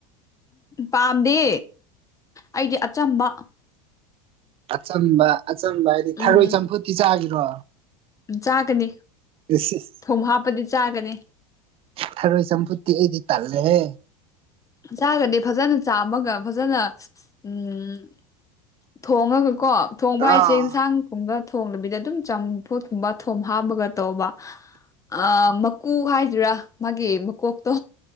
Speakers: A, on the left; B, on the right.
A: ꯄꯥꯝꯗꯦ ꯑꯩꯗꯤ ꯑꯆꯝꯕ
B: ꯑꯆꯝꯕ ꯑꯆꯝꯕ ꯍꯥꯏꯗꯤ ꯊꯔꯣꯏ
A: ꯎꯝ
B: ꯆꯝꯐꯨꯠꯇꯤ ꯆꯥꯒꯤꯔꯣ
A: ꯆꯥꯒꯅꯤ
B: ꯏꯁ ꯏꯁ
A: ꯊꯨꯝ ꯍꯥꯞꯄꯗꯤ ꯆꯥꯒꯅꯤ
B: ꯊꯔꯣꯏ ꯆꯝꯐꯨꯠꯇꯤ ꯑꯩꯗꯤ ꯇꯜꯂꯦꯍꯦ
A: ꯆꯥꯔꯒꯗꯤ ꯐꯖꯅ ꯆꯥꯝꯃꯒ ꯐꯖꯅ ꯎꯝ ꯊꯣꯡꯉꯒ ꯀꯣ ꯊꯣꯡꯕ ꯍꯥꯏꯁꯦ
B: ꯑꯥ
A: ꯌꯦꯟꯁꯥꯡ ꯊꯣꯡꯗꯕꯤꯗ ꯑꯗꯨꯝ ꯆꯝꯐꯨꯠ ꯀꯨꯝꯕ ꯊꯨꯝ ꯍꯥꯞꯄꯒ ꯇꯧꯕ ꯑ ꯃꯀꯨ ꯍꯥꯏꯗꯨꯏꯔꯥ ꯃꯥꯒꯤ ꯃꯀꯣꯛꯇꯣ